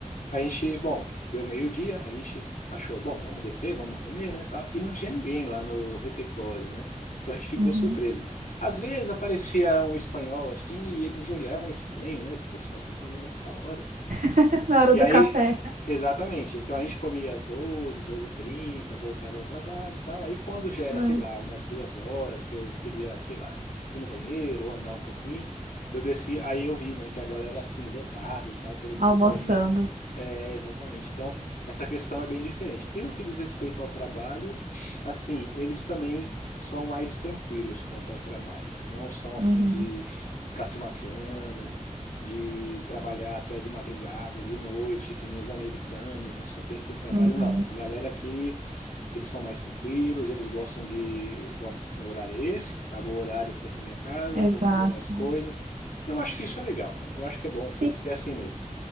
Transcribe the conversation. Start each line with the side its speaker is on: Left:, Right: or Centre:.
Left: a gente, bom, deu meio-dia, a gente achou, bom, vamos descer, vamos comer, né, tal. E não tinha ninguém lá no refeitório, né? Então a gente ficou
Right: Uhum.
Left: surpreso. Às vezes aparecia um espanhol assim e eles olhavam estranho, né? Esse pessoal tá comendo essa hora.
Right: <laughs> Na hora
Left: E
Right: do
Left: aí,
Right: café,
Left: exatamente. Então a gente comia às doze doze h 30 voltava ao trabalho e tal. Aí quando já era,
Right: Hum,
Left: sei lá, umas duas horas que eu queria, sei lá, ir no banheiro ou andar um pouquinho, eu desci, aí eu vi, né, que a galera assim, lotado, tal, todo mundo
Right: almoçando.
Left: comendo. É, exatamente. Então, essa questão é bem diferente. E no que diz respeito ao trabalho, assim, eles também são mais tranquilos quanto ao trabalho. Não são assim
Right: Uhum,
Left: de ficar se matando, de trabalhar até de madrugada, de noite, que nem os americanos, né? Só pensa em trabalho.
Right: uhum,
Left: Não, a galera aqui, eles são mais tranquilos, eles gostam de, bom, meu horário é esse, acabou o horário, vou para minha casa,
Right: Exato.
Left: vou fazer minhas coisas. Eu acho que isso é legal, eu acho que é bom,
Right: Sim,
Left: tem que ser assim mesmo.